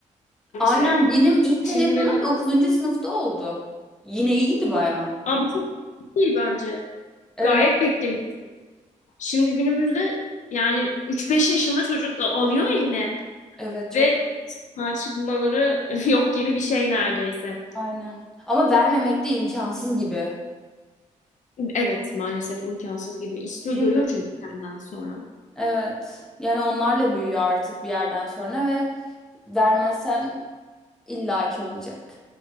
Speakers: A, on the left (about 65°); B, in the centre.
A: bir
B: Aynen
A: şey.
B: benim ilk telefonum
A: Şimdi mesela
B: dokuzuncu sınıfta oldu. Yine iyiydi baya.
A: Aa, bu çok iyi bence.
B: Evet,
A: Gayet beklemiş. Şimdi günümüzde yani üç beş yaşında çocuk e, alıyor eline
B: evet çok
A: ve sokağa çıkmaları <laughs> yok gibi bir şey neredeyse.
B: aynen. Ama vermemek de imkansız gibi.
A: Evet maalesef imkansız gibi. İstiyor
B: Değil
A: görüyor
B: mi?
A: çünkü bir yerden sonra.
B: Evet. Yani onlarla büyüyor artık bir yerden sonra ve vermezsen illaki olacak.